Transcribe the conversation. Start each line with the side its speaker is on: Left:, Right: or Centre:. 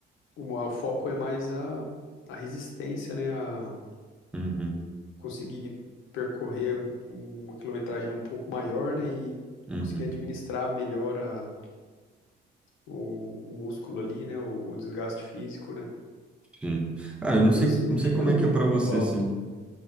Left: o, o foco é mais a, a resistência, né? A
Centre: Uhum,
Left: conseguir percorrer uma quilometragem um pouco maior, né? E
Centre: uhum,
Left: conseguir administrar melhor a, o, o músculo ali, né? o o desgaste físico, né?
Centre: sim. Ah, eu
Left: Porque
Centre: não sei,
Left: você
Centre: não
Left: não
Centre: sei
Left: chega
Centre: como
Left: num
Centre: é que
Left: pico
Centre: é pra você,
Left: muito alto,
Centre: assim.
Left: né?